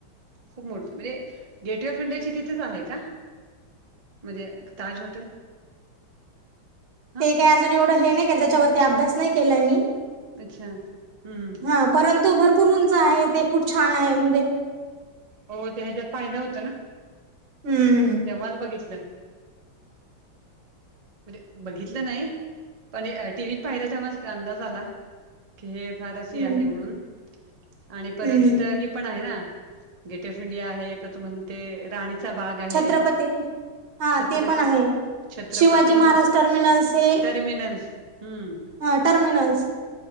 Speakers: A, on the right; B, on the right.
A: खूप मोठ म्हणजे गेटवे ऑफ इंडियाची तिथेच आहे का मणध्येे ताज हॉटेल हां,
B: ते काही अजून एवढं हे नाही केलं त्याच्यावरती अभ्यास नाही केलाय मी
A: अच्छा. हं, हं.
B: हा परंतु भरपूर उंच आहे ते खूप छान आहे म्हणजे
A: हो त्या ह्याच्यात पाय होत ना
B: हम्म
A: तेव्हाच बघितलं म्हणजे बघितलं नाही पण टीव्हीत पाहिलं तेव्हा अंदाज आला की हे फार अशी
B: हम्म.
A: आहे म्हणून आणि परत
B: हम्म
A: इथं ही पण आहे ना गेट ऑफ इंडिया आहे तुमला राणी चा बाग आहे
B: छत्रपती हा
A: छत्रपत
B: ते पण आहे.
A: छत्रपती
B: शिवाजी महाराज
A: त
B: टर्मिनल्स हे
A: टर्मिनल हम्म
B: हा टर्मिनल्स